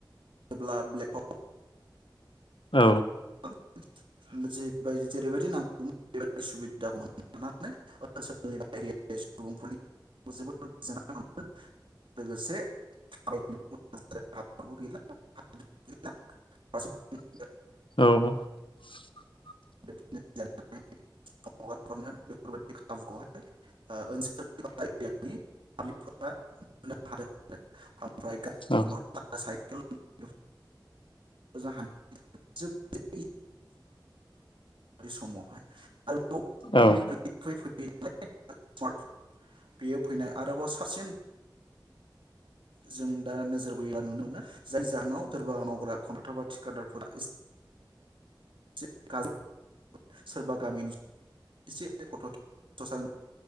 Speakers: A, on the right; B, on the left.
A: जेब्ला ब्लेक हक
B: औ
A: <unintelligible> <unintelligible> जेरैबायदि नांग <unintelligible> सुबिदाखौ मोननानै ओनसोलनि बा एरियानि सुबुंफोरनि जोबोद गोजोननाय मोनदों लोगोसे <unintelligible>
B: औ
A: <unintelligible> बिदिनो जा <unintelligible> बेफोरबायदि <unintelligible> ओ ओनसोल <unintelligible> पाब्लिकफोरा <unintelligible> ओमफ्राय
B: औ
A: <unintelligible> <inaudible> मोजां हान्थि <inaudible> बे समावहाय आरो <unintelligible>
B: औ
A: बेयो फैनाय आरोबाव साबसिन जों दा नोजोर बोयोबा नुनो मोनो जि जाहोनाव सोरबा मावग्रा कन्डाक्टार बा थिखादारफोरा एसे <unintelligible> सोरबा गामिनि एसे फट खे